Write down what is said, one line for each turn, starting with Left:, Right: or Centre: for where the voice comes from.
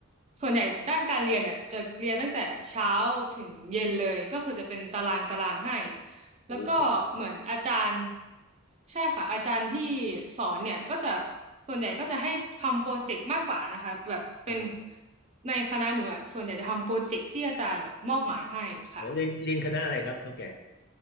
Right: ส่วนใหญ่ด้านการเรียนเนี่ยจะเรียนตั้งแต่เช้าถึงเย็นเลยก็คือจะเป็นตารางตารางให้แล้วก็เหมือนอาจารย์
Left: โอ้
Right: ใช่ค่ะอาจารย์ที่สอนเนี่ยก็จะส่วนใหญ่ก็จะให้ทำโปรเจกต์มากกว่านะคะแบบเป็น
Left: โห
Right: ในคณะหนูอะส่วนใหญ่จะทำโปรเจกต์ที่อาจารย์แบบมอบหมายให้ค่ะ
Left: โอ้เรียนเรียนคณะอะไรครับเขาแก่